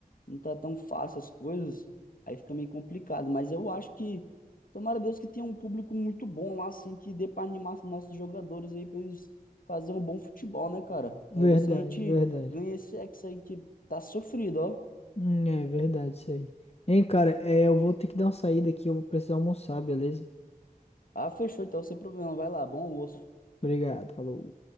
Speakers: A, on the left (about 70°); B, on the left (about 45°).
A: não tá tão fácil as coisas, aí fica meio complicado. Mas eu acho que, tomara a Deus que tenha um público muito bom lá, assim, que dê para animar os nossos jogadores aí para eles fazerem um bom futebol, né, cara?
B: Verdade,
A: Para ver se a gente
B: verdade.
A: ganha esse ex aí que tá sofrido, ó.
B: Hum, é verdade isso aí. Hein, cara, é, eu vou ter que dar uma saída aqui, eu vou precisar almoçar, beleza?
A: Ah, fechou, então sem problema, vai lá, bom almoço.
B: Obrigado, falou.